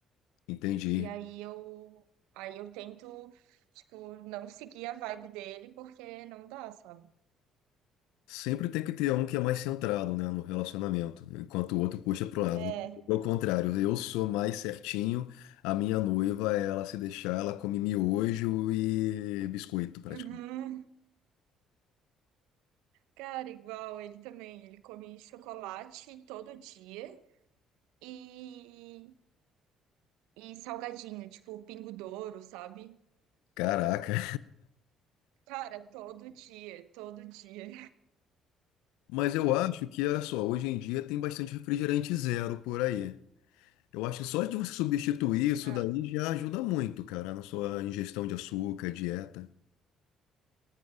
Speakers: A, on the left; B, on the right.
A: entendi.
B: E aí eu, aí eu tento, tipo, não seguir a vibe dele porque não dá, sabe?
A: Sempre tem que ter um que é mais centrado, né, no relacionamento, enquanto o outro puxa pro lado.
B: É.
A: Ao contrário, eu sou mais certinho, a minha noiva, ela se deixar, ela come miojo e biscoito, praticamente.
B: Uhum. Cara, igual ele também, ele come chocolate todo dia. E e salgadinho, tipo Pingo Douro, sabe?
A: Caraca.
B: Cara, todo dia, todo dia.
A: Mas
B: <laughs>
A: eu
B: Você
A: acho que, olha só, hoje em dia tem bastante refrigerante zero por aí. Eu acho que só de você substituir isso
B: tá-
A: daí já ajuda muito, cara, na sua ingestão de açúcar, dieta.